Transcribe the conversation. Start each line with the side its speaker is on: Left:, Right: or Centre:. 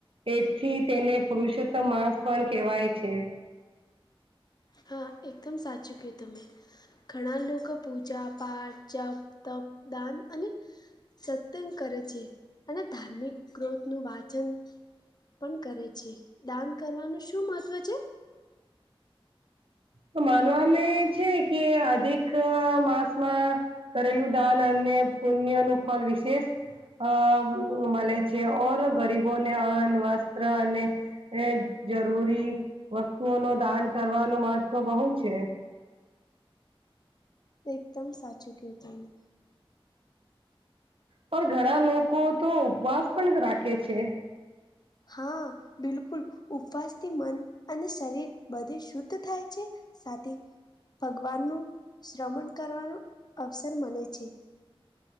Right: એથી તેને પુરુષોત્તમ માસ પણ કહેવાય છે.
Left: હા એકદમ સાચું કયું તમે. ઘણા લોકો પૂજા-પાઠ, જપ, તપ, દાન અને સતંગ કરે છે અને ધાર્મિક ગ્રોથ નું વાચન પન કરે છે દાન કરવાનું શું મહત્ત્વ છે?
Right: તો માનવામે છે કે અધિક માસમાં કરેલું દાન અને પૂન્ય નું ફલ વિશેષ અ મલે છે ઓર ગરીબોને અન્ન, વસ્ત્ર અને એ જરૂરી વસ્તુઓ નો દાન કરવાનું મહત્વ બહુ છે.
Left: એકદમ સાચું કીધું મેં.
Right: પણ ઘણા લોકો તો ઉપવાસ પણ રાખે છે.
Left: હા બિલકુલ! ઉપવાસ થી મન અને શરીર બધે શુદ્ધ થાય છે. સાથે ભગવાન નું શ્રમણ કરવાનું અવસર મલે છે.